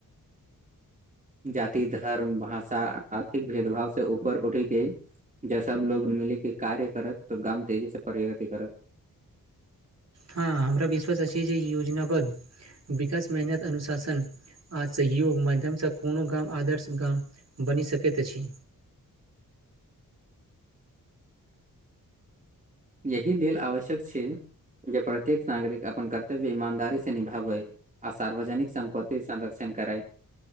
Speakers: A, on the right (about 20°); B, on the right (about 45°).
A: जाति धर्म भाषा आर्थिक भेदभाव से ऊपर उठी के जे सब लोग मिली के कार्य करत तऽ गाम तेजी से प्रगति करत
B: हँ हमरा विश्वास अछि जे ई योजना बध विकास मेहनत अनुशासन आ सहयोग माध्यमसँ कोनो गाम आदर्श गाम बनि सकैत अछि
A: यही लेल आवश्यक छै जे प्रत्येक नागरिक अपन कर्तव्य ईमानदारी से निभाबे आ सार्वजनिक संपति संरक्षण करैय